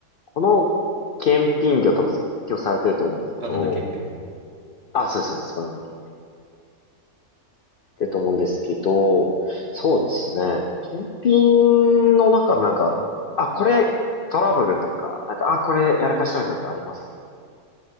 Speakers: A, on the left; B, on the right.
A: この検品業多分今日されてると思うんですけど、
B: バナナ検品。
A: あ、そうです、そうです、バナナ検品。ってと思うんですけど、そうですね。検品の中でなんか、あ、これトラブルとか、なんか、あ、これやらかしたみたいなのってあります